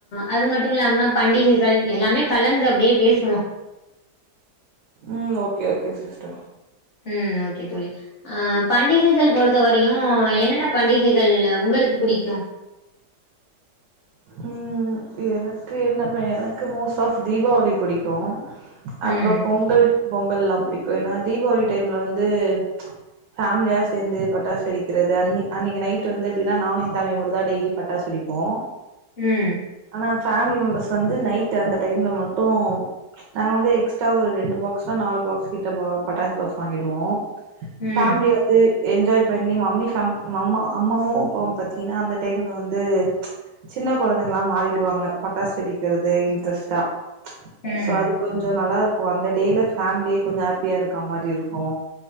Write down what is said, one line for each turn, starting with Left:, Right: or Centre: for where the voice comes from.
Left: அது மட்டு இல்லாம பண்டிகைகள் எல்லாமே கலந்து அப்டியே பேசுவோ
Right: ம் ஓகே ஓகே சிஸ்டர்
Left: ம் ஓகே தோழி ஆ பண்டிகைகள் பொறுத்த வரயு என்னென்ன பண்டிகைகள் ஒங்களுக்கு புடிக்கு
Right: ம் எனக்கு என்ன ப எனக்கு மோஸ் ஆஃப் தீபாவளி புடிக்கு அப்றோ
Left: ம்
Right: பொங்கல் பொங்கல்லா புடிக்கு ஏன்னா தீவாளி டைம்ல வந்து ஃபாம்லியா சேந்து பட்டாசு வெடிக்றது அன் அன்னிக் நைட்டு வந்து எப்டின்னா நானு எ தம்பியு மட்டுந்தா டெய்லி பட்டாசு வெடிப்போ
Left: ம்
Right: ஆனா ஃபேம்லி மெம்பர்ஸ் வந்து நைட் அந்த டைம்ல மட்டு நாங்க வந்து எக்ஸ்ட்ரா ஒரு ரெண்டு பாக்ஸ்னா நாலு பாக்ஸ் கிட்ட பட்டாஸ் பாக்ஸ் வாங்கிடுவோ
Left: ம்
Right: பேம்லி வந் து என்ஜாய் பண்ணி மம்மி ஃபேம் மம்மா அம்மாவு அப்பாவு பாத்தீங்ன்னா அந்த டைம்ல வந்து சின்ன கொழந்தைங்ளா மாறிடுவாங்க பட்டாசு வெடிக்கிறது இன்ட்ரெஸ்ட்டா
Left: ம்
Right: சோ அது கொஞ்சோ நல்லா இருக்கு அந்த டேல ஃபேமிலியே கொஞ்சோ ஆப்பியா இருக்க மாரி இருக்கு